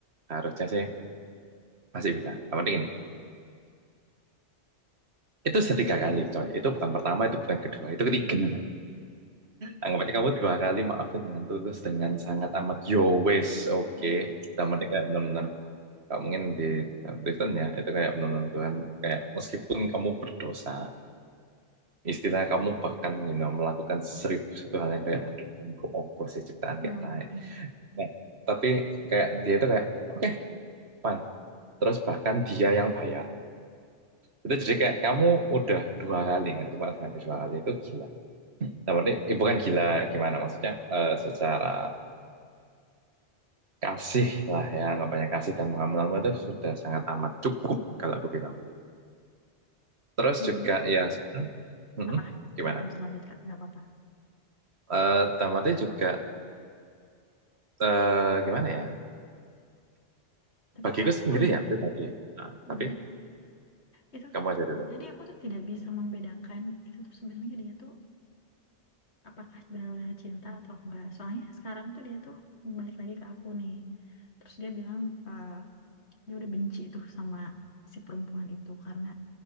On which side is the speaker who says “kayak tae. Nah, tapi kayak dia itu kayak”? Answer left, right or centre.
Right